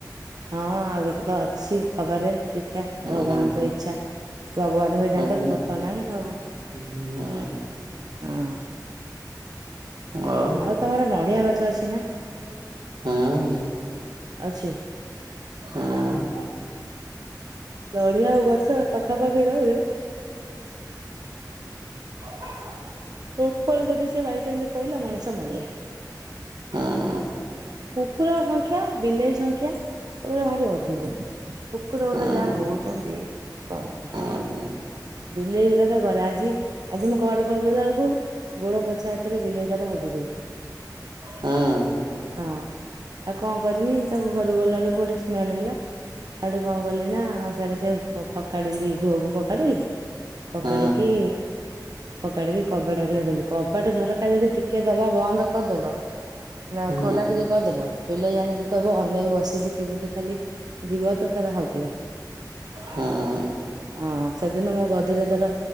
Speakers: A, on the right (about 60°); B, on the right (about 80°).
A: ହଁ ଆଉ ଗୋଟେ ତ ଅଛି ହବାରେ ଦେଖିବା।
B: ହୁଁ
A: ଭଗବାନଙ୍କ ଇଛା। ଭଗବାନଙ୍କ ବିନା
B: ହୁଁ।
A: ତ ପଥ ନାହିଁ ଆଉ।
B: ହୁଁ
A: ହଁ।
B: <unintelligible>
A: ଆଉ ତମର ନଡିଆ ଗଛ ଅଛି ନା?
B: ହଁ।
A: ଅଛି।
B: ହୁଁ।
A: ନଡିଆ ଆଉ ଗଛ ପାଖାପାଖି ରହିଲେ
B: <inaudible>
A: ଉପରେ ଯଦି ସେ ବାଇଚାନ୍ସ ପଇଲା ମଣିଷ ମଲେ।
B: ହଁ।
A: କୁକୁର ସଂଖ୍ୟା, ବିଲେଇ ସଂଖ୍ୟା ଏଗୁଡ଼ା ଭାରି ଅଧିକ। କୁକୁର ଗୁଡ଼ା
B: ହୁଁ
A: ଯାହା
B: ହୁଁ
A: ହଉଛନ୍ତି <unintelligible>
B: <inaudible>
A: ବିଲେଇ ଗୁଡା ତ ଘରେ ଆଜି ଆଜି ମୁଁ କବାଟ ଖୋଲିଦେଲା ବେଳକୁ ଗୋଡ ପୋଛା ହାତରେ ବିଲେଇ ତାର ହଗି ଦେଇଛି।
B: ହୁଁ।
A: ହଁ ଆଉ କଣ। କରିମି ତାକୁ ଘରୁ ଗଲାବେଳକୁ ଗୋଟେ ସ୍ମେଲେ ହେଲା। ହେଟୁ କଣ କଲିନା ଫେରେ ସେ ଫ ଫକାଡ଼ିଲି ଘୁଅକୁ ଫୋକାଡ଼ିଲି। ଫୋକାଡ଼ିକି
B: ହୁଁ
A: ଫକାଡ଼ିକି କବାଟ ହେରିକା ଦେଲି କବାଟ ଝରକା ଯଦି ଟିକେ ଦବା ବନ୍ଦ କରିଦେଲ ନା,
B: ହୁଁ
A: ଖୋଲା ଟିକେ କରିଦେଲ ବିଲେଇ ଜାଣିକି କହିବ ଅନେଇ ବସିଛି କେମିତି ଖାଲି ଯିବ ତ ତାର ହଗିବ।
B: ହୁଁ।
A: ହଁ, ସେ ଦିନ ମୋ ଗଦିରେ ତାର